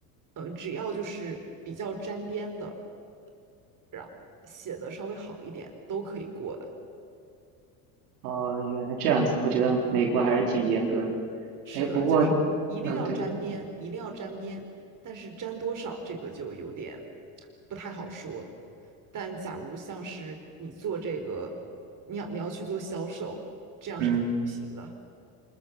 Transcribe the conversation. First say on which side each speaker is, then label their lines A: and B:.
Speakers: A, on the right (about 45°); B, on the right (about 85°).
A: 嗯，只要就是比较沾边的，然后写的稍微好一点，都可以过的。
B: 哦，原来这样子，我觉得美国还是挺严格的。
A: 是的，
B: 哎，不过，
A: 就是一定要沾边，
B: 嗯，对，
A: 一定要沾边，但是沾多少这个就有点不太好说。但假如像是你做这个，你要你要去做销售，这样是肯定不行的。
B: 嗯。